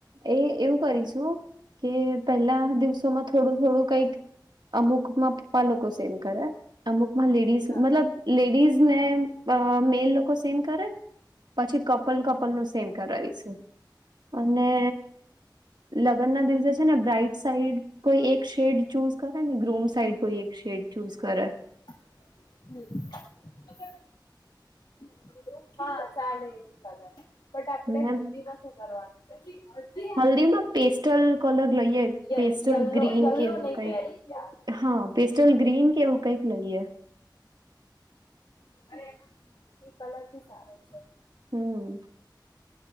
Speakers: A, on the right; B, on the left.
A: એ એવું કરીશું કે પેલા દિવસોમાં થોડું થોડું કઈક અમુકમાં પપ્પા લોકો સેમ કરે અમુકમાં લેડી
B: હા
A: મતલબ લેડીઝ ને મેલ લોકો સેમ કરે પછી કપલ કપલ નું સેમ કરાવીશું અને લગ્ન ના દિવસે છે ને બ્રાઈટ સાઈડ કોઈ એક શેડ ચૂઝ કર ને ગ્રુપ્સ સાઈડ કોઈ એક શેડ ચૂઝ કરે.
B: અગર <unintelligible> હા ચાલે એ કલર બટ આપડે
A: ને
B: હલ્દીમાં શું કરવાનું? <inaudible>
A: હલ્દીમાં પેસ્ટલ કલર લઈએ
B: yes
A: pastel
B: yellow
A: green
B: yellow
A: કેવું
B: નહી
A: કઈક.
B: પહેરવું યાર
A: હા પેસ્ટલ ગ્રીન કેવું કઈક લઈએ.
B: અરે એ કલર ભી સારો છે.
A: હમ્મ